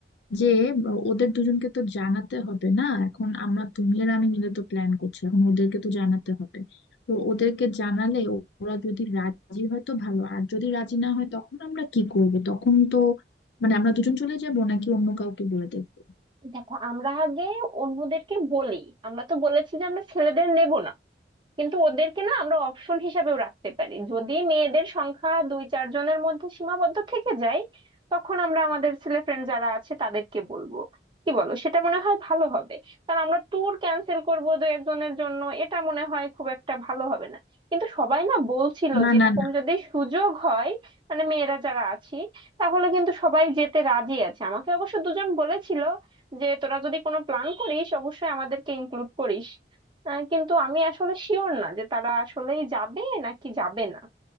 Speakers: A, on the left; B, on the right.
A: যে ব- ওদের দুজনকে তো জানাতে হবে না এখন আমরা তুমি আর আমি মিলে তো প্ল্যান করছি এখন ওদেরকে তো জানাতে হবে তো ওদেরকে জানালে ওরা যদি রাজি হয় তো ভালো আর যদি রাজি না হয় তখন আমরা কি করব তখন তো মানে আমরা দুজন চলে যাব নাকি অন্য কাউকে বলে দেবো
B: দেখো আমরা আগে অন্যদেরকে বলি আমরা তো বলেছি যে আমরা ছেলেদের নেব না কিন্তু ওদেরকে না আমরা অপশন হিসাবেও রাখতে পারি যদি মেয়েদের সংখ্যা দুই চার জনের মধ্যে সীমাবদ্ধ থেকে যায় তখন আমরা আমাদের ছেলে ফ্রেন্ড যারা আছে তাদেরকে বলবো কি বলো সেটা মনে হয় ভালো হবে কারণ আমরা ট্যুর ক্যান্সেল করব দুই একজনের জন্য এটা মনে হয় খুব একটা ভালো হবে না কিন্তু সবাই না বলছিল
A: না
B: যে
A: না
B: এরকম
A: না
B: যদি সুযোগ হয় মানে মেয়েরা যারা আছি তাহলে কিন্তু সবাই যেতে রাজি আছে আমাকে অবশ্য দুজন বলেছিল যে তোরা যদি কোনো প্ল্যান করিস অবশ্যই আমাদেরকে ইনক্লুড করিস আহ, কিন্তু আমি আসলে শিওর না যে তারা আসলেই যাবে নাকি যাবে না